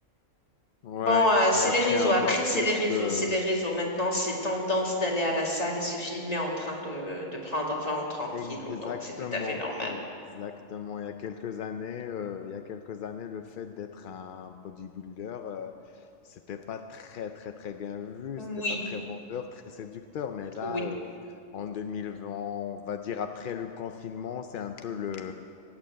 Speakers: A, on the left (about 55°); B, on the left (about 30°).
A: ouais.
B: Bon, euh, c'est
A: Et après
B: les réseaux.
A: avoir
B: Après, c'est
A: plus
B: les réseaux.
A: de...
B: C'est les réseaux. Maintenant, c'est tendance d'aller à la salle et se filmer en train de, de prendre 20 ou 30
A: Exactement,
B: kilos. Donc, c'est tout à fait normal.
A: exactement. Il y a quelques années, euh, il y a quelques années, le fait d'être un bodybuilder, euh, c'était pas très très très bien vu,
B: Oui,
A: c'était pas très vendeur, très séducteur. Mais là,
B: oui.
A: euh, en 2020, on va dire après le confinement, c'est un peu le,